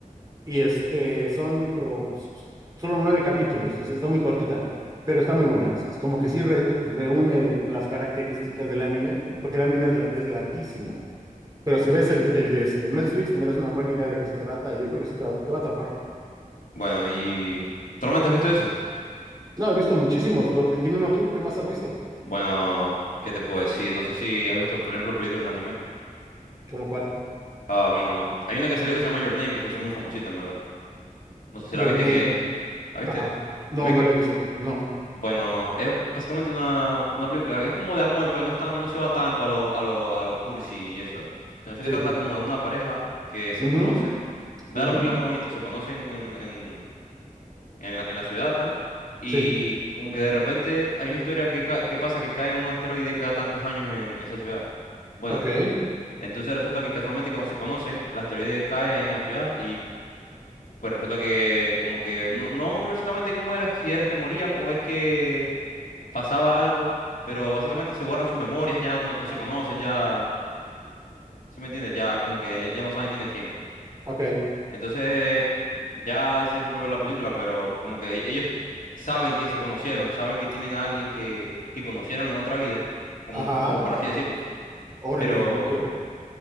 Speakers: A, on the right; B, on the left.
A: Y este, son creo, solo nueve capítulos, o sea, está muy cortita, pero está muy buena. Es como que sí re- reúne las características del anime, porque el anime es, la- es larguísimo. Pero si ves el, el de este Netflix, tendrás una buena idea de qué se trata y yo creo que sí te, va te va a atrapar.
B: Bueno, y... ¿Solamente has visto ese?
A: No, he visto muchísimos. o- Dime uno tú, ¿qué más has visto?
B: Bueno, ¿qué te puedo decir? No sé si has visto, por ejemplo, películas de anime.
A: ¿Cómo cuál?
B: Ah, bueno, hay una que salió que se llama Your Name, que se hizo muy famosita, en verdad. No sé si
A: Your
B: la viste
A: Name.
B: que... ¿La viste?
A: Ajá. No,
B: ¿Te ubicas?
A: no lo he visto. No.
B: Bueno, es básicamente una, una película... Es como de amor, pero no está, no se va tanto a lo, a lo, a lo cursi y eso. Sino que
A: Sí.
B: trata como de una pareja que se
A: Ujú,
B: conocen. En verdad
A: ujú,
B: la película es muy bonita. Se conocen en, en, en la, en la ciudad, tal. Y
A: Sí.
B: como que de repente hay una historia que, ca- que pasa que cae un asteroide cada tantos años en esa ciudad. Bueno,
A: Ok.
B: entonces resulta que casualmente cuando se conocen, el asteroide cae en la ciudad pues resulta que como que no, no me acuerdo exactamente cómo era, si era que morían o es que pasaba algo, pero básicamente se borran sus memorias, ya no, no se conocen, ya, ¿sí me entiendes? Ya como que ya, ya no saben quién es quién.
A: Ok.
B: Entonces, ya ahí se desenvuelve la película, pero como que e- ellos saben que se conocieron, saben que tienen a alguien que, que conocieron en otra vida, como,
A: Ajá.
B: como para así decirlo,
A: Órale.
B: pero
A: Ok.